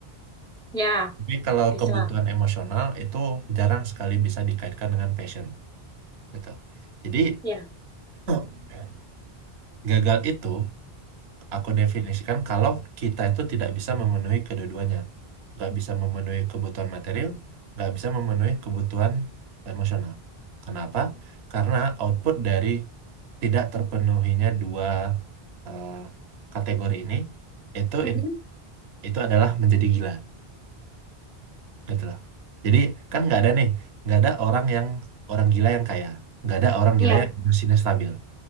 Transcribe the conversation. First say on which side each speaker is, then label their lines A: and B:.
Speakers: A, in the centre; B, on the right (about 85°).
A: Ya,
B: Tapi kalau
A: bisa.
B: kebutuhan emosional itu jarang sekali bisa dikaitkan dengan passion, gitu. Jadi
A: Ya,
B: <clears throat> gagal itu aku definisikan kalau kita itu tidak bisa memenuhi kedua-duanya. Nggak bisa memenuhi kebutuhan material, nggak bisa memenuhi kebutuhan emosional. Kenapa? Karena output dari tidak terpenuhinya dua eh, kategori ini itu
A: Mm-mm.
B: in- itu adalah menjadi gila, gitu loh. Jadi kan nggak ada nih, nggak ada orang yang orang gila yang kaya, nggak ada orang
A: ya,
B: gila yang emosinya stabil,